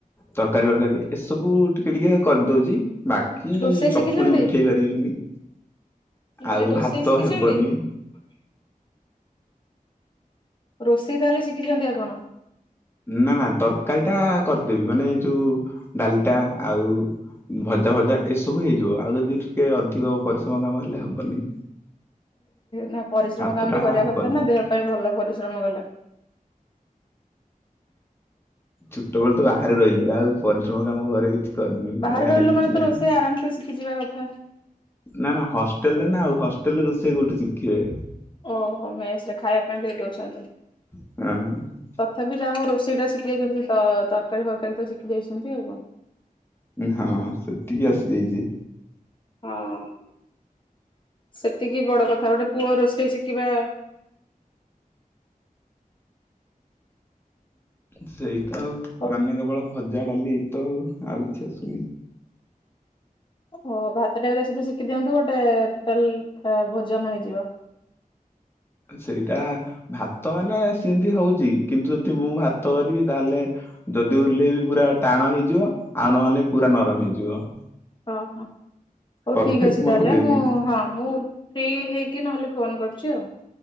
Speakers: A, on the left; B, on the left.
A: ତରକାରୀ ଫରକାରୀ ଏସବୁ ଟିକେ ଟିକେ କରିଦଉଚି। ବା କି
B: ରୋଷେଇ
A: ଚକୁଳି
B: ଶିଖିଛନ୍ତି?
A: ଉଠେଇ ପାରିବିନି,
B: ମୁଁ କହିଲି
A: ଆଉ
B: ରୋଷେଇ
A: ଭାତ
B: ଶିଖିଛନ୍ତି?
A: ହେବନି।
B: <unintelligible> ରୋଷେଇ ତାହେଲେ ଶିଖିଛନ୍ତି ଆଉ କଣ?
A: ନା ନା ତରକାରୀ ଟା କରିଦେବି। ମାନେ ଯୋଉ ଡାଲିଟା ଆଉ ଭଜା ଭଜା ଏସବୁ ହେଇଯିବ। ଆଉ ଯଦି ଟିକେ ଅଧିକ ପରିଶ୍ରମ କାମ ହେଲେ ହବନି।
B: ନା ପରିଶ୍ରମ
A: ଭାତଟା
B: କାମ ବି କରିବା
A: ହବନି।
B: କଥା ନା ଦେହ ପାଇଁ ଭଲ ପରିଶ୍ରମ କଲେ।
A: ଛୋଟବେଳୁ ତ ବାହାରେ ରହିଲୁ, ଆଉ ପରିଶ୍ରମ କାମ ଘରେ କିଛି କରିନୁ
B: ବାହାରେ ରହିଲେ
A: ବି କିଛି
B: ମାନେ ତ
A: ନାହିଁ।
B: ରୋଷେଇ ଆରାମ ସେ ଶିଖିଯିବା କଥା।
A: ନା ନା ହଷ୍ଟେଲ ରେ ନା ଆଉ ହଷ୍ଟେଲ ରେ ରୋଷେଇ କୋଉଠୁ ଶିଖିବେ।
B: ଓହୋ ମେସ୍ ରେ ଖାଇବା ପାଇଁ ଦେଇ ଦଉଛନ୍ତି।
A: <unintelligible>
B: ତଥାପି ଯାହା ହଉ ରୋଷେଇ ଟା ଶିଖିଯାଇଛନ୍ତି ତ ତରକାରୀ ଫରକାରୀ ତ ଶିଖି ଯାଇଛନ୍ତି ଆଉ କଣ।
A: ହଁ ସେତିକି ଆସିଯାଇଚି।
B: ହଁ। ସେତିକି ବଡ କଥା। ଗୋଟେ ପୁଅ ରୋଷେଇ ଶିଖିବା
A: ସେଇତ ଆଉ
B: ହଉ
A: ମାନେ କେବଳ ଭଜା ଡାଲି ଏ ତ ଆଉ ଆଉ କିଛି ଆସୁନି।
B: ଓ ଭାତ ଟା ବି ତା ସହିତ ଶିଖି ଦିଅନ୍ତୁ ଗୋଟେ ଟୋଟାଲ୍ ଭୋଜନ ହେଇଯିବ।
A: ସେଇଟା ଭାତ ମାନେ ସିନ୍ତି ହଉଚି। କିନ୍ତୁ ଯଦି ମୁଁ ଭାତ କରିବି ତାହେଲେ ଯଦି ଓଲ୍ହେଇବି ପୁରା ଟାଣ ହେଇଯିବ। ଆଉ ନହେଲେ ପୁରା ନରମ ହେଇଯିବ।
B: ଓ ହଁ। ହଉ
A: ପରଫେକ୍ଟ
B: ଠିକ୍ ଅଛି ତାହେଲେ
A: ମୋର ହୁଏନି।
B: ମୁଁ ହଁ ମୁଁ ଫ୍ରି ହେଇକି ନହେଲେ ଫୋନ୍ କରୁଚି ଆଉ।